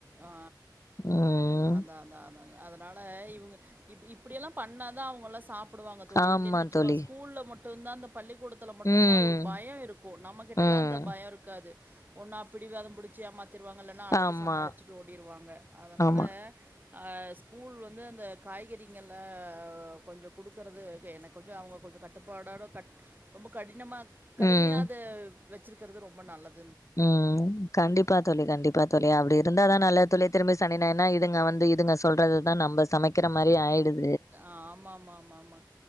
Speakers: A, on the right (about 25°); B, on the left (about 45°).
A: ஆ
B: ம்
A: ஆ ஆ அதா அதா அதாங்க அதனால இவு இப் இப்புடியெல்லாம் பண்ணாதா அவுங்கல்லா சாப்டுவாங்க தோழி
B: ஆமா
A: இல்லின் வச்சுகோ
B: தோழி
A: ஸ்கூல்ல மட்டுந்தா அந்தப் பள்ளிக்கூடத்துல மட்டுந்தா
B: ம்
A: ஒரு பய இருக்கு நம்ம கிட்டலா
B: ம்
A: அந்த பய இருக்காது ஒன்னா பிடிவாத புடிச்சி ஏமாத்திருவாங்க இல்லனா அழுது
B: ஆமா
A: சமாளிச் ச்சுட்டு ஓடிருவாங்க அதனால
B: ஆமா
A: ஆ ஸ்கூல் வந்து அந்த காய்கறிங்கள கொஞ்ச குடுக்கறது எ எனக்கு கொஞ்ச அவ்ங்க கொஞ்ச கட்டுப்பாடோட கட் ரொம்ப கடினமா கடுமையா
B: ம்
A: அத வச்சிருக்கிறது ரொம்ப நல்லது
B: ம் கண்டிப்பா தோழி கண்டிப்பாத் தோழி அப்டி இருந்தா தா நல்லது தோழி திரும்ப சனி ஞாயிறுனா இதுங்க வந்து இதுங்க சொல்றத தா நம்ப சமைக்கிறம் மாரி ஆயிடுத்
A: ஆமாம்மாம்மாம்மா